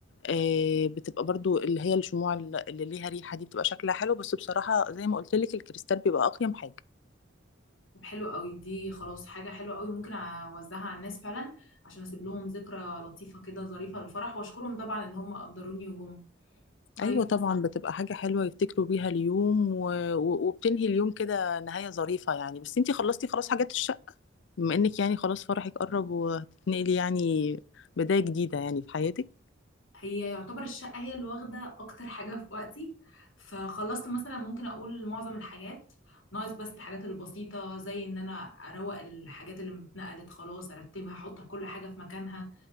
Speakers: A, on the left; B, on the left.
A: آه بتبقى برضو اللي هي الشموع اللي ليها ريحة دي بتبقى شكلها حلو بس بصراحة زي ما قلت لك الكريستال بيبقى اقيم حاجة
B: طب حلو قوي دي خلاص حاجة حلوة قوي ممكن اوزعها على الناس فعلا عشان اسيب لهم ذكرى لطيفة كده ظريفة للفرح واشكرهم طبعا ان هم قدروني وجم طيب
A: ايوه طبعا
B: مثلا
A: بتبقى حاجة حلوة يفتكروا بيها اليوم و... و... وبتنهي اليوم كده نهاية ظريفة يعني بس انت خلصتي خلاص حاجات الشقة بما انك يعني خلاص فرحك قرب وهتتنقلي يعني بداية جديدة يعني في حياتك
B: هي يعتبر الشقة هي اللي واخدة اكتر حاجة في وقتي فخلصت مثلا ممكن اقول معظم الحاجات ناقص بس الحاجات البسيطة زي ان انا اروق الحاجات اللي اتنقلت خلاص ارتبها احط كل حاجة في مكانها